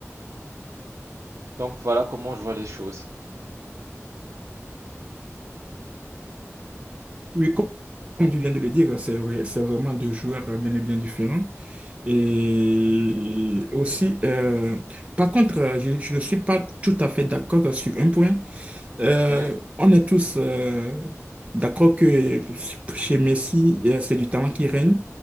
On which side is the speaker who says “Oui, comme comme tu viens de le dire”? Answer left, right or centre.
Right